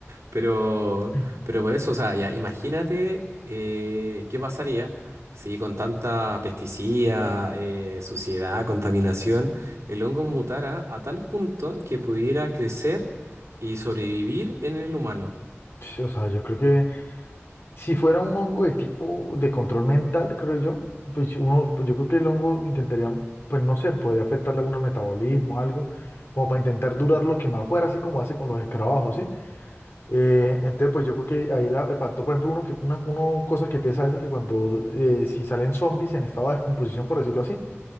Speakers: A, on the right (about 75°); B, on the left (about 55°).
A: Pero,
B: <clears throat>
A: pero por eso, o sea, ya, imagínate eh, qué pasaría si con tanta pesticida, eh, suciedad, contaminación, el hongo mutara a tal punto que pudiera crecer y sobrevivir en el humano.
B: Sí, O sea, yo creo que si fuera un hongo de tipo de control mental, creo yo, pues uno, pues yo creo que el hongo intentaría, pues no sé, podría afectarle a algún metabolismo, algo, como para intentar durar lo que más fuera, así como hace con los escarabajos, ¿sí? Eh, entonces, pues yo creo que ahí la, el factor, por ejemplo, uno que, una, uno cosa que piensa a veces que cuando, eh, si salen zombies en estado de descomposición, por decirlo así,